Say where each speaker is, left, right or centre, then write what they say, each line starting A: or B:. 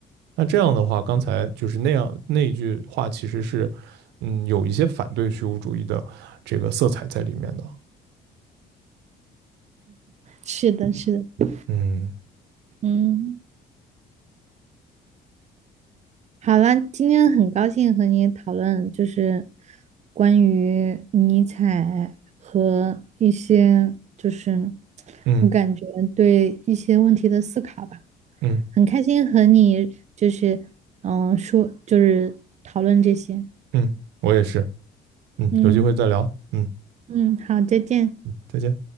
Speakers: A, on the right (about 85°); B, on the right (about 40°).
A: 那这样的话，刚才就是那样那一句话，其实是，嗯，有一些反对虚无主义的这个色彩在里面的。
B: 是的，是的。
A: 嗯
B: 嗯，好了，今天很高兴和你讨论，就是关于尼采和一些，就是
A: 嗯
B: 我感觉对一些问题的思考吧。
A: 嗯
B: 很开心和你就是嗯、呃说就是讨论这些。
A: 嗯，我也是。嗯，
B: 嗯
A: 有机会再聊。嗯
B: 嗯，好，再见。
A: 嗯，再见。